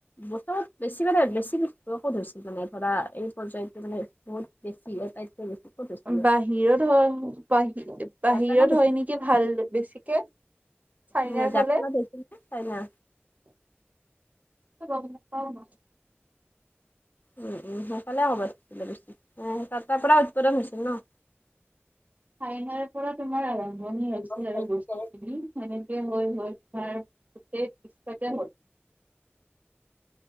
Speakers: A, on the left; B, on the right.
A: বছৰত বেছি মানে বেছিযোক ধৰিছিল মানে ধৰা এই পৰ্যায়টো মানে। বহুত বেছি আটাইটকৈ বেছি। ক'ত হৈছিলে
B: বাহিৰত হয় বাহি বাহিৰত
A: জাপানত হৈছিলে
B: হয় নেকি ভাল বেছিকে। চাইনাৰ
A: উ
B: ফালে
A: জাপান লৈছিলোঁ হে কাৰিলা।
B: <unintelligible>
A: উম উম সোনকালে হ'ব লাগিছিল উম তাৰ পৰা উৎপাদন হৈছিল ন।
B: চাইনাৰ পৰা তোমাৰ আৰম্ভণি হৈছিল
A: কি
B: আৰু বস্তুখিনি। সেনেকে হৈ হৈ তোমাৰ গোটেই পিছতে হল।